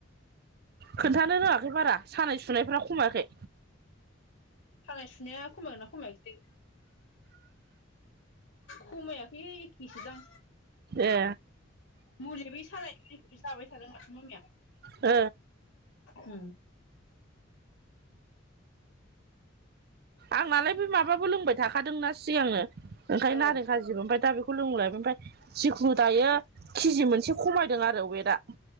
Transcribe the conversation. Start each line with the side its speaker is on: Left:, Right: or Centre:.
Right: खोन्थानो रोङाखै बारा सानाय सुनायफ्रा खमायाखै
Left: खानाय सुनाया खमायगोन ना खमायसै? खमायाखैह एखखेसो दां
Right: ए
Left: मुलि बै सालायखौ जाबाय थादों माथो मामिया
Right: ओ
Left: उ
Right: आंनालाय बे माबाबो लोंबाय थाखादोंना सिगांनो ओंखायनो
Left: औ
Right: नारें खाजोबो ओमफ्राय दा बेखौ लोंलायबाय मफ्राय जिखुनु दायो केजि मोनसे खमायदों आरो वेदआ